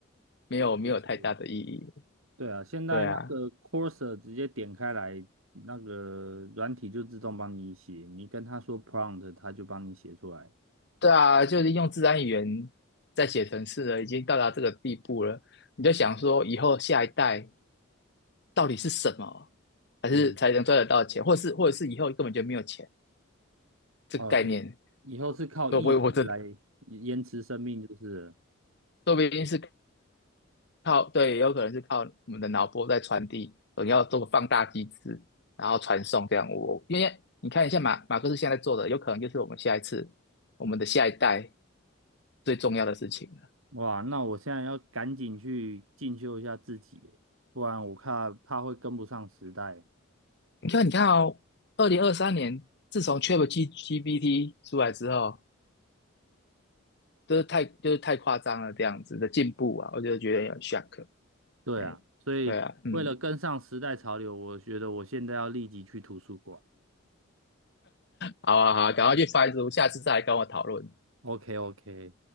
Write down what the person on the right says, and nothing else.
确实，对啊，现在那个
c o r s e r 直接点开来，那个软体就自动帮你写，你跟他说 prompt，他就帮你写出来。
嗯，
哦，以以后是靠意志来延迟生命，
就是了
哇。那我现在要赶紧去进修一下自己耶不然我怕怕会跟不上时代。
对啊，
所以为了跟上时代潮流，
我觉得我现在要立即去图书馆。
OK OK。